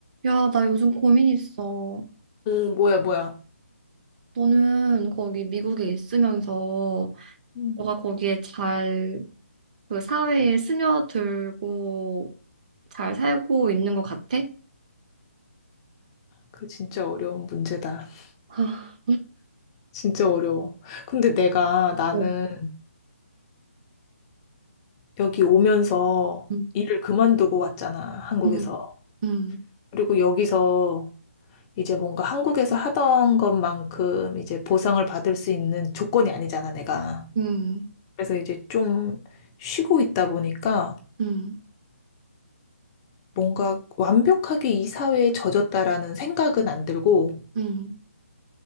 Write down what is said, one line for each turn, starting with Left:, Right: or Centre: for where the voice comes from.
Right: 야, 나 요즘 고민 있어. 어,
Left: 어, 뭐야, 뭐야.
Right: 너는 거기 미국에 있으면서
Left: 음.
Right: 너가 거기에 잘 그 사회에 스며들고 잘 살고 있는 것 같아?
Left: 그 진짜 어려운 문제다. <laughs>
Right: 아,
Left: 진짜 어려워. 근데 내가 나는
Right: 어,
Left: 여기 오면서
Right: 음,
Left: 일을 그만두고 왔잖아, 한국에서.
Right: 음, 음,
Left: 그리고 여기서 이제 뭔가 한국에서 하던 것만큼 이제 보상을 받을 수 있는 조건이 아니잖아, 내가.
Right: 음,
Left: 그래서 이제 좀 쉬고 있다 보니까
Right: 음,
Left: 뭔가 완벽하게 이 사회에 젖었다라는 생각은 안 들고
Right: 음.